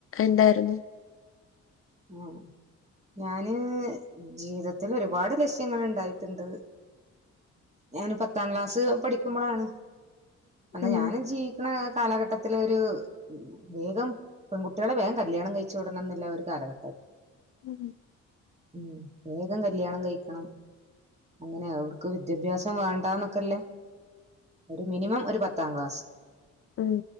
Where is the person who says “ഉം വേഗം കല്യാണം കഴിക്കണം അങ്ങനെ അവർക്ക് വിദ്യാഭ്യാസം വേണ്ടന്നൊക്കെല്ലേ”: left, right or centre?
Right